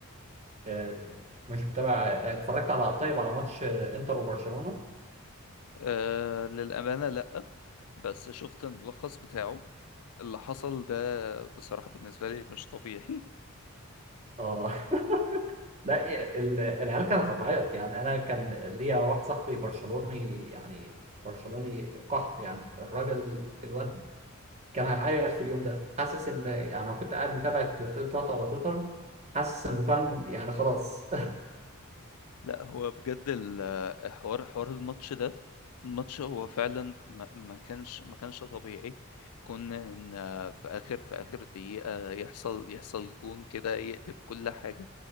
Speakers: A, on the right (about 30°); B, on the left (about 85°).
A: آه، مش متابع آه، اتفرجت على طيب على ماتش آه، انتر وبرشلونه
B: آه للأمانة لأ بس شفت الملخص بتاعه اللي حصل ده بصراحة بالنسبة لي مش طبيعي <laughs>
A: اه <laughs> لا ي- ال- العيال كانت هتعيط يعني انا كان ليا واحد صاحبي برشلوني يعني برشلوني قحط يعني الراجل الواد كان هيعيط في اليوم ده حاسس ان يعني انا كنت قاعد متابع التويتر بتاعته على تويتر حاسس انه كان يعني خلاص
B: لأ هو بجد ال- حوار حوار الماتش ده الماتش هو فعلا ما ما كانش ما كانش طبيعي كنا إن آه، في آخر في آخر دقيقة يحصل يحصل جون كده يقلب كل حاجة